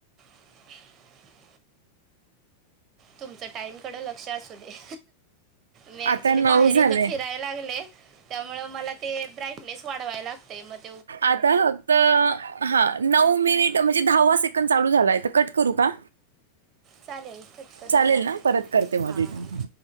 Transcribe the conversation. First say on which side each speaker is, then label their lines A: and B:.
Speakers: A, on the right; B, on the right.
A: <unintelligible> तुमचं टाईम कड लक्ष असू दे. मी ऍक्च्युली
B: आता नऊ
A: बाहेर
B: झाले
A: इथं फिरायला लागले त्यामु मला ते ब्राईटनेस वाढवाय लागतय म
B: आता फक्त हा. नऊ मिनिट म्हणजे दहावा सेकंड चालू झालाय तर कट करू का?
A: चालेल कट करून
B: चालेल
A: लावा
B: ना परत करते मग
A: हां
B: रिटर्न
A: हां